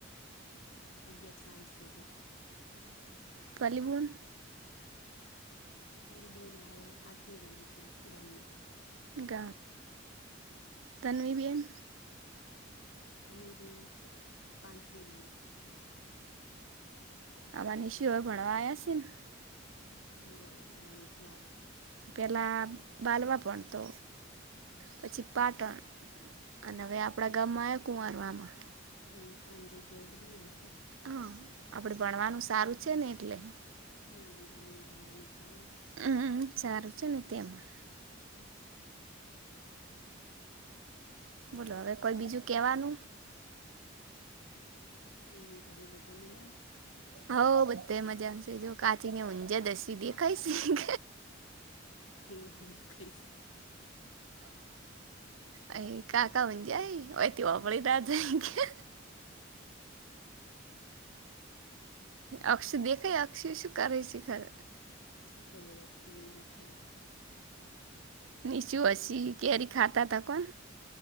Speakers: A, on the left (about 80°); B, on the right (about 85°).
A: અગયર સાયન્સ લધ
B: પલીિવન
A: પછ બે ના હાલ આઠમું ભણે છે, ગામમા
B: ગ તનવી બેીન
A: તો ન બેન, પાંચમ મણે
B: આવા નિશ હોય, ભણવા આવયા છેને
A: હવેાઈ
B: પેલા બાલવા પણ, તો પછી પાટણ અને હવે, આપડા ગામમા આવ કુંમારવામા
A: હમ, ત આનજ અગઓ ભલી લેની
B: હા, આપડે ભણવાનું સારું છેને, એટલે
A: હ, ગામમાં ભણવાનું સારુ
B: હમ, સારું છેને. તેમા
A: હમ
B: બોલો હવે કોઈ બીજું કેવાનુ
A: કોઈ, નઈ ઘરે બધા મજા
B: હઉ, બધા મજા આશે જો કાચી ને ઊંજા દ હસી દેખાય છે.
A: ઓ દેખાય છે.
B: અ કાકા મજય હોયથી, વાપણી રા ગયા અક્ષ દેખે, અક્ષી શું કરે છેિખર
A: ખબરખ છુ, ન દેખાલા
B: નિચુ હસી, કેરી ખાતા ત કોન